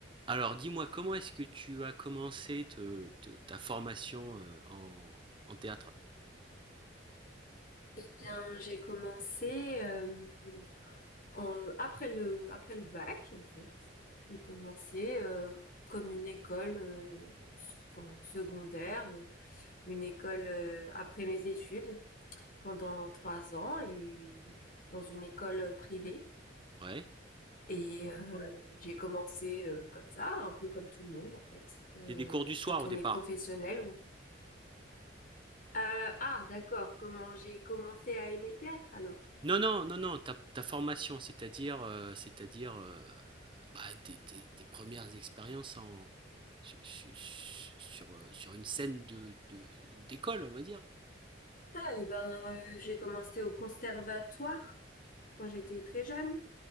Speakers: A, on the right; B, on the left.
A: Alors dis-moi, comment est-ce que tu as commencé te te ta formation, heu, en en théâtre?
B: Eh bien, j'ai commencé euh, en- après le après le bac en fait. J'ai commencé euh, comme une école, euh, s- enfin secondaire, euh, une école euh, après mes études pendant trois ans et dans une école privée.
A: Ouais?
B: Et euh, j'ai commencé euh, comme ça, un peu comme tout le monde en fait. Euh,
A: C'est des
B: on-
A: cours du soir
B: quand
A: au
B: on
A: départ?
B: est professionnel, on... Euh, ah d'accord. Comment j'ai commencé à aimer le théâtre alors?
A: Non, non, non, non, ta ta formation, c'est-à-dire, heu, c'est-à-dire, heu, bah, tes tes tes 1 expériences en su su su sur, heu, sur une scène de de d'école, on va dire?
B: Ah, eh ben, euh, j'ai commencé au conservatoire quand j'étais très jeune.